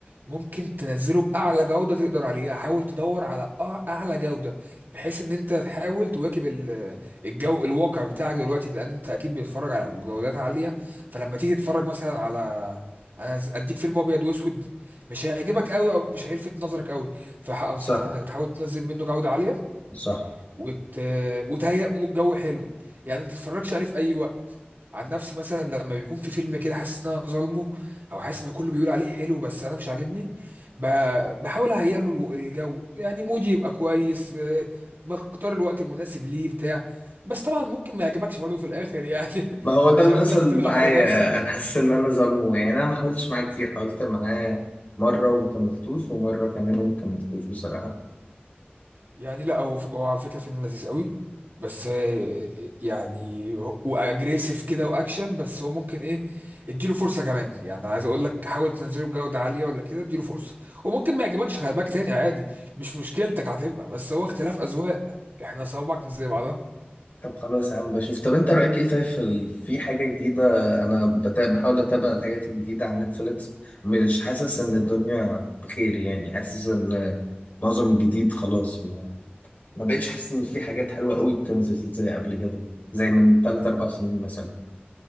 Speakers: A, on the right (about 55°); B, on the left (about 45°).
A: ممكن تنزله باعلى جودة تقدر عليها حاول تدور على أع- اعلى جودة بحيث ان انت تحاول تواكب ال- الجو الواقع بتاعك دلوقتي لان انت اكيد بتتفرج على جودات عالية فلما تيجي تتفرج مثلا على انا ز- اديك فيلم ابيض واسود مش هيعجبك قوي او مش هيلفت نظرك قوي فانصحك
B: صح
A: انك تحاول تنزل منه جودة عالية
B: صح
A: وت... وتهيأ مو- جو حلو يعني ما تتفرجش عليه في اي وقت عن نفسي مثلا لما بيكون في فيلم كده حاسس ان انا ظالمه او حاسس ان كله بيقول عليه حلو بس انا مش عاجبني ب... بحاول اهيئ له الجو يعني مودي يبقى كويس آه، بختار الوقت المناسب ليه بتاع بس طبعا ممكن ما يعجبكش برضه في الاخر يعني <laughs>
B: ما هو
A: مش
B: ده اللي
A: هقول
B: حصل
A: لك تضغط
B: معايا
A: على نفسك
B: انا حاسس ان انا ظلمه يعني انا ما حاولتش معاه كتير حاولت معاه مره وما كملتوش ومره كمان وما كملتوش بصراحه
A: يعني لا هو هو على فكرة فيلم لذيذ قوي بس آه، يعني واجريسيف كده واكشن بس هو ممكن ايه اديله فرصة كمان يعني عايز اقول لك حاول تنزله بجودة عالية ولا كده اديله فرصة وممكن ما يعجبكش خلي بالك تاني عادي مش مشكلتك هتبقى بس هو اختلاف اذواق احنا صوابعك مش زي بعضها
B: طب خلاص يا عم بشوف طب انت رأيك ايه طيب في ال- في حاجة جديدة انا بتا- بحاول اتابع الحاجات الجديدة على نتفليكس مش حاسس ان الدنيا بخير يعني حاسس ان معظم الجديد خلاص ما, ما بقتش حاسس ان في حاجات حلوة قوي بتنزل زي قبل كده زي من 3 4 سنين مثلا